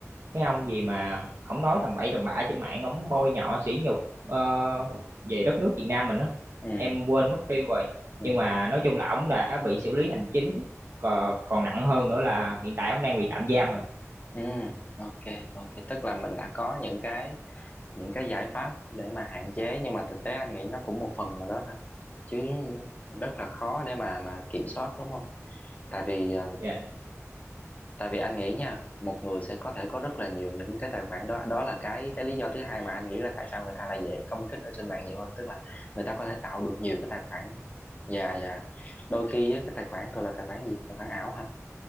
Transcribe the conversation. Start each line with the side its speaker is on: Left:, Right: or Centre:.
Right: cái ông gì mà ổng nói tầm bậy tầm bạ trên mạng ổng bôi nhọ sỉ nhục ờ, về đất nước Việt Nam mình đó
Left: ừ
Right: em quên mất tiêu rồi
Left: ừ
Right: nhưng mà nói chung là ổng đã bị xử lý hành chính còn, còn nặng hơn nữa là hiện tại ổng đang bị tạm giam rồi
Left: ừ ok ok tức là mình đã có những cái những cái giải pháp để mà hạn chế nhưng mà thực tế anh nghĩ nó cũng một phần nào đó thôi chứ rất là khó để mà mà kiểm soát đúng không tại vì ờ,
Right: dạ
Left: tại vì anh nghĩ nha một người sẽ có thể có rất là nhiều những cái tài khoản đó đó là cái cái lý do thứ hai mà anh nghĩ là tại sao người ta lại dễ công kích ở trên mạng nhiều hơn tức là người ta có thể tạo được nhiều cái tài khoản và và đôi khi á, cái tài khoản gọi là tài khoản gì tài khoản ảo hả